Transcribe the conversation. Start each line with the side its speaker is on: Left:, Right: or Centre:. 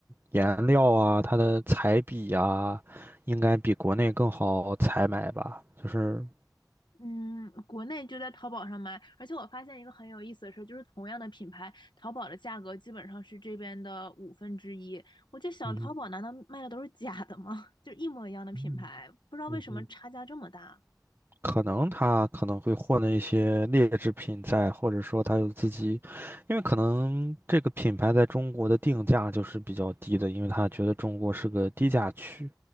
Right: 颜料啊，它的彩笔啊，应该比国内更好采买吧？就是，
Left: 嗯，国内就在淘宝上买，而且我发现一个很有意思的事，就是同样的品牌，淘宝的价格基本上是这边的五分之一。我就想，
Right: 嗯哼
Left: 淘宝难道卖的都是假的吗？<laughs> 就一模一样的品牌，
Right: 嗯哼，
Left: 不知道为什么差价这么大。
Right: 嗯哼。可能他可能会混了一些劣质品在，或者说他有自己，因为可能这个品牌在中国的定价就是比较低的，因为他觉得中国是个低价区，